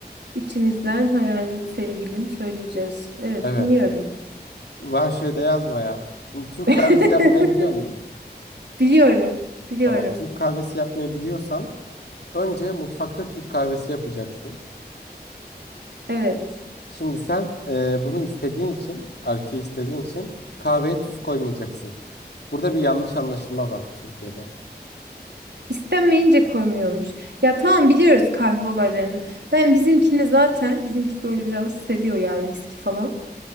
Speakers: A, on the right; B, on the left.
A: İçimizden hayal sevgilim söyleyeceğiz. Evet
B: Evet.
A: dinliyorum.
B: Her şeyde yazma ya. Türk
A: <laughs>
B: kahvesi yapmayı biliyor musun?
A: Biliyorum. Biliyorum.
B: Tamam. Türk kahvesi yapmayı biliyorsan Önce mutfakta Türk kahvesi yapacaksın.
A: Evet.
B: Şimdi sen e, bunu istediğin için, erkeği istediğin için kahveye tuz koymayacaksın. Burada bir yanlış anlaşılma var Türkiye'de.
A: İstenmeyince konuyormuş. Ya tamam biliyoruz kahve olaylarını. Ben bizimkine zaten bizimki böyle biraz seviyor yani viski falan.